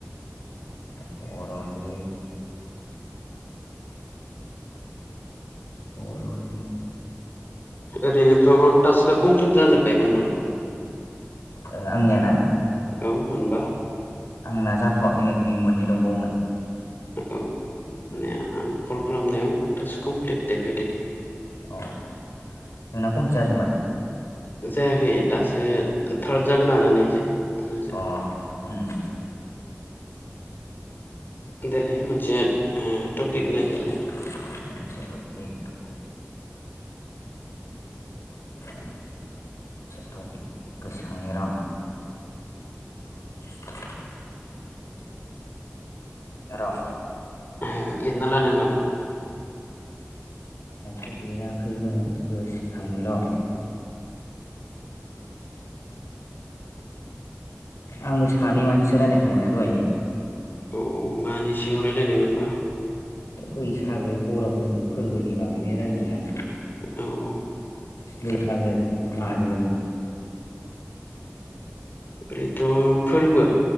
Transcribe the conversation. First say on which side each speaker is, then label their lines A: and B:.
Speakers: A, on the left; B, on the left.
A: बर'नि बर'नि
B: ओरैनोथ' टास्कआ कमप्लिट जाजोब्बायमोन ना?
A: ओ आंनिया ना?
B: औ मोनबा।
A: आंना जाथ'वाखैनो नै मोननै दंबावोमोन।
B: औ माने
A: उम
B: आं कल खालामनायाव थाक्स कमप्लिट देखायदो।
A: अ नोंना कमप्लिट जाजोबबाय?
B: जायाखै दासो थार्द जागोन आंना नैएजों दासो।
A: अ उम।
B: देलाय मोनसे ओ टपिक
A: मोनसे
B: नागिरलाय
A: मोनसे थफिक। थफिक गोसोखांनि आं रं। <inaudible> र'।
B: उम लिरना लादों नामा?
A: लिराखैमोन गोसोखांनि र'। आंबो सानै मानसि रायलायखांबायना दहायो।
B: अ औ मानि सिङाव रायलायनायमोनबा?
A: बैसागो बर'फोरनि फोरबोनि बागैनो रायलायदोंमोन आं।
B: औ औ।
A: बैसागो मागोनि।
B: ओरैनोथ' फोरबो